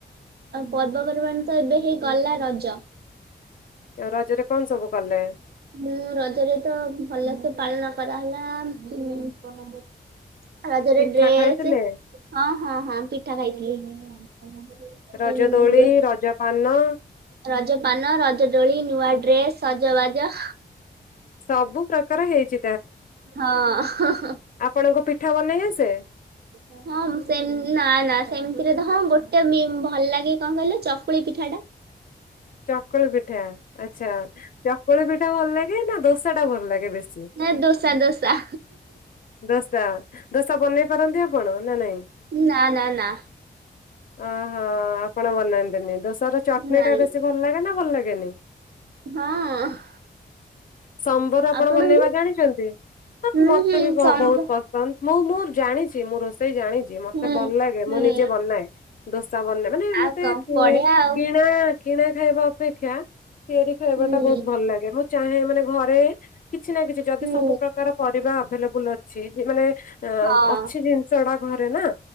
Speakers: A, on the right (about 65°); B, on the left (about 50°).
A: ପର୍ବପର୍ବାଣ ତ ଏବେ ହେଇ ଗଲା ରଜ
B: ଆ ରଜରେ କଣ ସବୁ କଲେ?
A: ହୁଁ ରଜରେ ତ ଭଲ ସେେ ପାଳନ କରାହେଲା। ରଜରେ
B: ପିଠା
A: ଡ୍ରେସ୍
B: ଖାଇଥିଲେ
A: ହଁ ହଁ ହଁ ପିଠା ଖାଇଥିଲି।
B: ରଜ
A: ଏଁ
B: ଦୋଳି
A: ଯୋଉ
B: ରଜ ପାନ
A: ରଜ ପାନ ରଜଡୋଳି ନୂଆ ଡ୍ରେସ ରଜବାଜ
B: ସବୁ ପ୍ରକାର ହେଇଛି
A: ହଁ।
B: ଆପଣଙ୍କ ପିଠା ବନେଇବେ ଆସେ?
A: ହ। ହଁ ସେ ନା ନା ସେମିତିରେ ତ ହଁ ଗୋଟେ ଭଲ ଲାଗେ କଣ କହିଲେ ଚକୁଳି ପିଠା ଟା।
B: ଚକୁଳି ପିଠା ଆଚ୍ଛା ଚକୁଳି ପିଠା ଭଲ ଲାଗେ ନା ଦୋସା ଟା ଭଲ ଲାଗେ। ବେଶୀ?
A: ନ ଦୋସା ଦୋସ
B: ଦୋସା ଦୋସା ବନେଇ ପାରନ୍ତି ଆପଣ ନା ନାଇଁ।
A: ନା ନା ନା।
B: ଓହୋ ଆପଣ ବନାନ୍ତିନି ଦୋସାର ଚକଲେଟ
A: ନାଇଁ
B: ଏବେ ଭଲ ଲାଗେ ନା ଭଲ ଲାଗେନି।
A: ହଁ।
B: ସମ୍ବର ଆପଣ
A: ଆପଣଙ୍କୁ
B: ବନେଇବା ଜାଣିଛନ୍ତି ହଁ
A: ହୁଁ
B: ମତେ
A: ହୁଁ
B: ବି ବହୁତ
A: ସମ୍ଭ
B: ପସନ୍ଦ। ମୁଁ ମୁଁ ଜାଣିଛି ମୁଁ ରୋଷେଇ ଜାଣିଛି ମତେ
A: ହୁଁ
B: ଭଲ ଲାଗେ
A: ହୁଁ
B: ମୁଁ ନିଜେ ବନାଏ ଦୋସା ବନେଇ ମାନେ
A: ଆଉ
B: ମତେ
A: କଣ
B: କିଣା
A: ବଢିଆ ଆଉ।
B: କିଣା ଖାଇବା ଅପେକ୍ଷା ତିଆରି ଖାଇବା
A: ହୁଁ
B: ଟା ବହୁତ ଭଲ ଲାଗେ ମୁଁ ଚାହେ ମାନେ ଘରେ କିଛି ନା କିଛି ଯଦି
A: ହୁଁ
B: ସବୁ ପ୍ରକାର ପରିବା ଆ ଅ ମାନେ
A: ହଁ।
B: ଅଛି ଜିନିଷଟା ଘରେ ନା